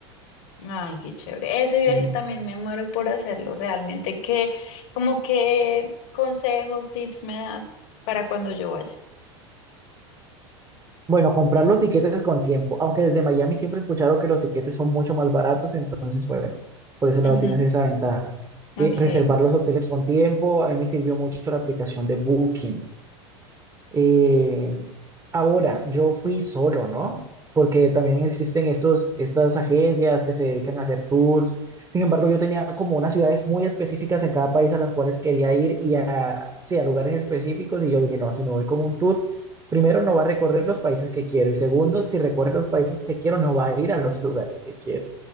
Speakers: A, on the left; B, on the right.
A: Ay, qué chévere. Ese viaje
B: Eh,
A: también me muero por hacerlo, realmente. ¿Qué, como qué consejos, tips me das para cuando yo vaya?
B: bueno, comprar los tiquetes con tiempo, aunque desde Miami siempre he escuchado que los tiquetes son mucho más baratos, entonces bueno, por ese lado
A: Ujú,
B: tienes esa ventaja.
A: Ok,
B: Eh, reservar los hoteles con tiempo, a mí me sirvió mucho la aplicación de Booking. Eh, ahora, yo fui solo, ¿no? Porque también existen estos, estas agencias que se dedican a hacer tours. Sin embargo, yo tenía como unas ciudades muy específicas en cada país a las cuales quería ir y a, sí, a lugares específicos. Y yo dije, no, si me voy con un tour, primero no va a recorrer los países que quiero y segundo, si recorre los países que quiero, no va a ir a los lugares que quiero.